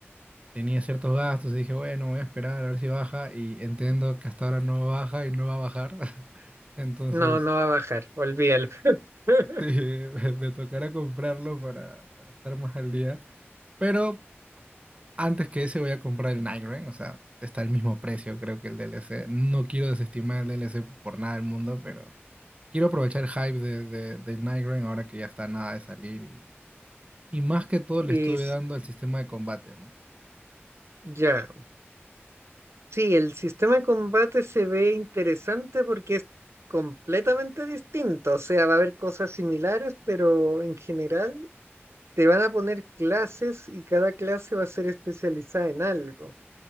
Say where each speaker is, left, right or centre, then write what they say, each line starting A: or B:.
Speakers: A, on the right (about 30°); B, on the right (about 80°).
A: tenía ciertos gastos y dije, bueno, voy a esperar a ver si baja y entiendo que hasta ahora no baja y no va a bajar. <laughs> Entonces,
B: No, no va a bajar, olvídalo. <laughs>
A: sí, me, me tocará comprarlo para, para estar más al día. Pero antes que ese voy a comprar el Nightreign, o sea, está al mismo precio creo que el DLC. No quiero desestimar el DLC por nada del mundo, pero quiero aprovechar el hype de, de, del Nightreign ahora que ya está nada de salir y, y más que todo le
B: Y
A: estuve
B: s-
A: dando al sistema de combate, ¿no?
B: ya. Sí, el sistema de combate se ve interesante porque es completamente distinto. O sea, va a haber cosas similares, pero en general te van a poner clases y cada clase va a ser especializada en algo.